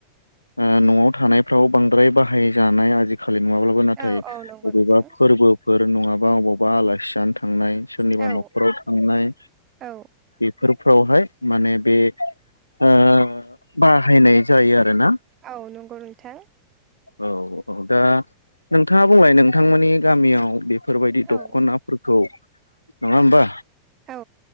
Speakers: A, on the left; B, on the right.
A: ओ न'आव थानायफ्राव बांद्राय बाहायजानाय आजि खालि नङाब्लाबो नाथाय
B: औ औ नंगौ
A: बबेबा
B: नोंथां
A: फोरबोफोर नङाबा अबावबा आलासि जानो था थांनाय सोरनिबा
B: औ
A: न'खराव थांनाय
B: औ
A: बेफोर फ्रावहाय माने बे ओ बाहायनाय जायो आरोना।
B: औ नंगौ नोंथां।
A: औ औ दा नोंथाङा बुंलाय नोंथांमोननि गामियाव। बेफोरबायदि दख'नाफोरखौ
B: औ
A: नङाहोमबा
B: औ